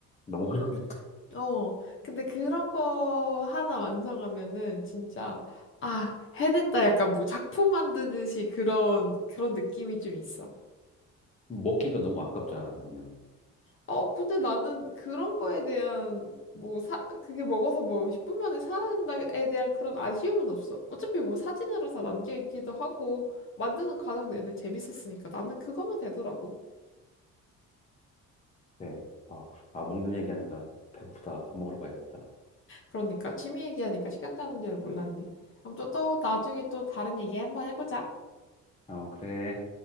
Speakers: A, on the left; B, on the left.
A: 너무 오래 걸린다.
B: 어, 근데 그런 거 하나 완성하면은 진짜, 아, 해냈다. 약간 뭐 작품 만드듯이 그런, 그런 느낌이 좀 있어.
A: <laughs> 먹기가 너무 아깝잖아 그러면.
B: 어, 근데 나는 그런 거에 대한, 뭐, 사, 그게 먹어서 뭐 10분 만에 사라진다에 대한 그런 아쉬움은 없어. 어차피 뭐 사진으로 다 남겨있기도 하고, 만드는 과정 내내 재밌었으니까 나는 그거면 되더라고.
A: 네. 아, 그렇구나. 아, 먹는 얘기하니까 배고프다. 밥 먹으러 가야겠다.
B: 그러니까 취미 얘기하니까 시간 가는 줄 몰랐네. 그럼 또, 또 나중에 또 다른 얘기 한번 해보자.
A: 어, 그래.